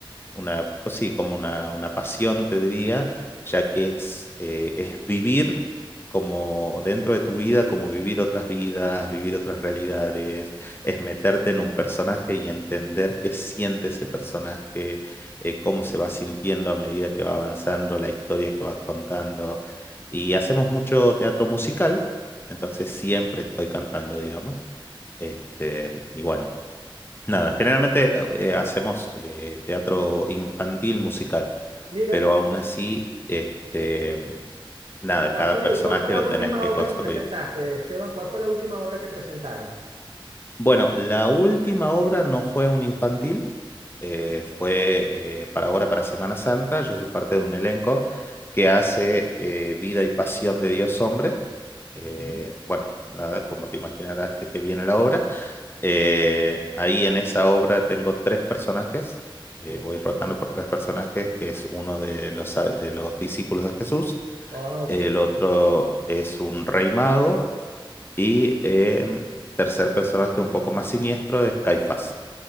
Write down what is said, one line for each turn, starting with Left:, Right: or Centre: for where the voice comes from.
Left: una co- sí, como una, una pasión, te diría, ya que es, eh, es vivir como dentro de tu vida, como vivir otras vidas, vivir otras realidades, es meterte en un personaje y entender qué siente ese personaje, eh, cómo se va sintiendo a medida que va avanzando la historia que va contando. Y hacemos mucho teatro musical, entonces siempre estoy cantando, digamos. Este, y bueno, nada, generalmente eh, hacemos eh, teatro infantil musical,
Right: mira,
Left: pero aún así, este, nada,
Right: ¿y cuál
Left: cada
Right: fue,
Left: personaje
Right: y cuál fue la
Left: lo
Right: última
Left: tenés que
Right: obra
Left: construir.
Right: que presentaste, Esteban? ¿Cuál fue la última obra que presentaron?
Left: Bueno, la última obra no fue un infantil, eh, fue eh, para ahora, para Semana Santa. Yo soy parte de un elenco que hace eh, Vida y Pasión de Dios Hombre. Eh,
Right: Ujú,
Left: bueno, nada, como te imaginarás de que viene la obra. Eh, ahí en esa obra tengo tres personajes. eh,
Right: Mira.
Left: voy rotando por tres personajes, que es uno de los, a- de los discípulos de Jesús,
Right: Ah, ok.
Left: el otro es un rey mago y em, el tercer personaje un poco más siniestro es Caifás.